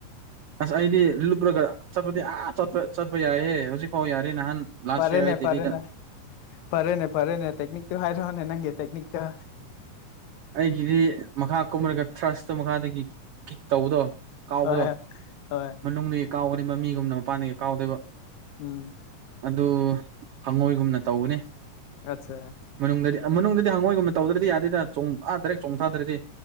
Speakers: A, on the right; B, on the left.
A: ꯑꯁ ꯑꯩꯗꯤ ꯂꯨꯞꯨꯔꯒ ꯆꯠꯄꯗꯤ ꯑꯥ ꯆꯄ ꯆꯠꯄ ꯌꯥꯏꯍꯦ ꯍꯧꯖꯤꯛ ꯐꯥꯎ ꯌꯥꯔꯦ ꯅꯍꯥꯟ ꯂꯥꯁ
B: ꯐꯔꯦꯅꯦ
A: ꯌꯔ ꯑꯩ ꯗꯦꯜꯂꯤꯗ
B: ꯐꯔꯦꯅꯦ ꯐꯔꯦꯅꯦ ꯐꯔꯦꯅꯦ ꯇꯦꯛꯅꯤꯛ ꯇ ꯍꯥꯏꯔꯣꯅꯦ ꯅꯪꯒꯦ ꯇꯦꯛꯦꯛꯅꯤꯛ ꯇ
A: ꯑꯩꯒꯤꯗꯤ ꯃꯈꯥ ꯀꯨꯝꯃꯔꯒ ꯊ꯭ꯔꯁꯇꯨ ꯃꯈꯥꯗꯒꯤ ꯀꯤꯛ ꯇꯧꯕꯗꯣ ꯀꯥꯎꯕꯗꯣ
B: ꯍꯣꯏ ꯍꯣꯏ
A: ꯃꯅꯨꯡꯗ ꯀꯥꯎꯒꯅꯤ ꯃꯃꯤꯒꯨꯝꯅ ꯃꯄꯥꯟꯗꯒꯤ ꯍ ꯀꯥꯎꯗꯣꯏꯕ
B: ꯎꯝ
A: ꯑꯗꯨ ꯍꯪꯉꯣꯏꯒꯨꯝꯅ ꯇꯧꯕꯅꯦ
B: ꯑꯠꯆꯥ
A: ꯃꯅꯨꯡꯗꯗꯤ ꯃꯅꯨꯡꯗꯗꯤ ꯍꯪꯉꯣꯏꯒꯨꯝꯕ ꯇꯧꯗ꯭ꯔꯗꯤ ꯌꯥꯗꯦꯗ ꯆꯣꯡ ꯑꯥꯗ꯭ꯔꯦ ꯆꯣꯡꯊꯥꯗ꯭ꯔꯗꯤ